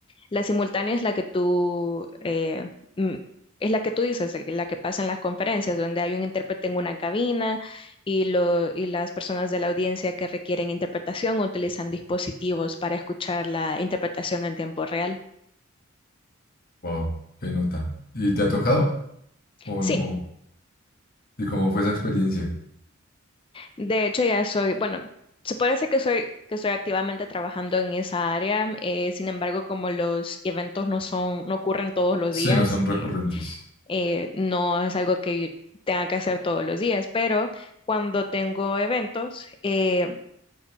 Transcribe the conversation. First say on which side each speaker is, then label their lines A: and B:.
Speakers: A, on the left (about 25°); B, on the left (about 45°).
A: La simultánea es la que tú, eh, mm, es la que tú dices, eh, la que pasa en las conferencias, donde hay un intérprete en una cabina y, lo- y las personas de la audiencia que requieren interpretación utilizan dispositivos para escuchar la interpretación en tiempo real.
B: Wow, qué nota. ¿Y te ha tocado o
A: Sí,
B: no? ¿Y cómo fue esa experiencia?
A: de hecho ya soy, bueno, se puede decir que soy, que estoy activamente trabajando en esa área, eh, sin embargo, como los eventos no son, no ocurren todos los
B: Sí,
A: días,
B: no son recurrentes.
A: eh, eh, no es algo que yo tenga que hacer todos los días, pero cuando tengo eventos, eh,